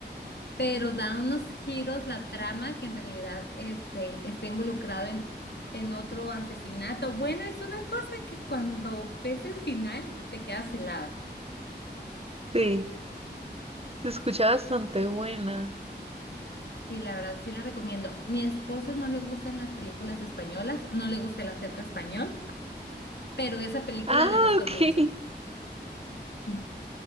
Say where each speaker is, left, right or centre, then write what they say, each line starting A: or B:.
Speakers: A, on the left (about 70°); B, on the right (about 35°).
A: Pero da unos giros la trama que en realidad este, está involucrado en, en otro asesinato. Bueno, es una cosa que cuando ves el final te quedas helada.
B: sí, se escucha bastante buena.
A: Sí, la verdad, sí la recomiendo. Mi esposo no le gustan las películas españolas, no le gusta el acento español, pero esa película
B: Ah,
A: le gustó
B: ok.
A: mucho. Sí.